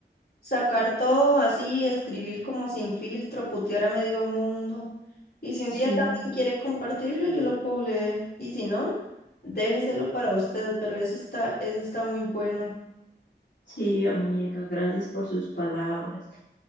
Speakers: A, on the left (about 60°); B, on the left (about 80°).
A: Sacar todo así, escribir como sin filtro, putear a medio mundo. Y si un
B: Sí,
A: día también quiere compartirlo, yo lo puedo leer. Y si no, déjeselo para usted, pero eso está, eso está muy bueno.
B: sí, amiga, gracias por sus palabras.